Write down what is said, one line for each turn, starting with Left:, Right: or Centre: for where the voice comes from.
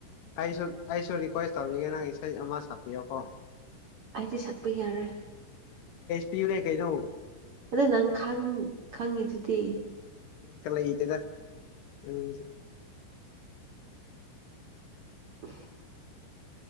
Left: ꯑꯩꯁꯨ ꯑꯩꯁꯨ ꯔꯤꯀ꯭ꯋꯦꯁ ꯇꯧꯒꯦ ꯅꯪ ꯏꯁꯩ ꯑꯃ ꯁꯛꯄꯤꯌꯣꯀꯣ
Right: ꯑꯩꯗꯤ ꯁꯛꯄ ꯌꯥꯔꯣꯏ
Left: ꯄꯤꯅꯦ ꯀꯩꯗꯧ
Right: ꯑꯗꯣ ꯅꯪ ꯈꯪ ꯈꯪꯉꯤꯗꯨꯗꯤ
Left: ꯑ <inaudible> ꯂꯩꯇꯦꯗ ꯎꯝ
Right: <unintelligible> <inaudible>